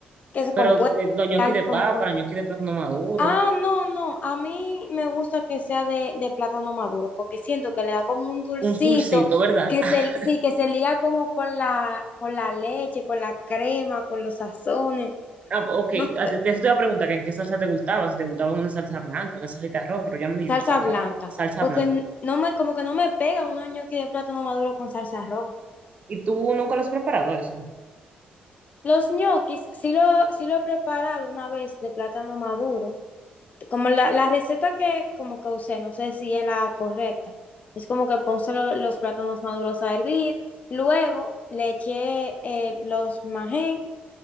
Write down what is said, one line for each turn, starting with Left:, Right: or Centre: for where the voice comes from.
Left: que se
Right: Pero
Left: compuesto,
Right: eh, los ñoquis
Left: carne
Right: de
Left: compuesta.
Right: papa, los ñoquis de plátano maduro,
Left: Ah, no, no, a mí me gusta que sea de, de plátano maduro, porque siento que le da como un dulcito,
Right: un dulcito, ¿verdad?
Left: que
Right: <laughs>
Left: se, sí, que se liga como con la, con la leche, con la crema, con los sazones,
Right: Ah, ok,
Left: no
Right: a
Left: sé,
Right: ti- eso te iba a preguntar que en qué salsa te gustaba, si te gustaba una salsa blanca, una salsa de arroz, pero ya me dijiste
Left: salsa
Right: salsa,
Left: blanca,
Right: salsa
Left: porque
Right: blanca.
Left: n- no me, como que no me pega un ñoqui de plátano maduro con salsa roja.
Right: ¿Y tú nunca lo has preparado eso?
Left: Los ñoquis sí lo, sí lo he preparado una vez de plátano maduro. Como la, la receta que como que usé, no sé si es la correcta. Es como que puse lo- los plátanos maduros a hervir. Luego le eché eh, los majén,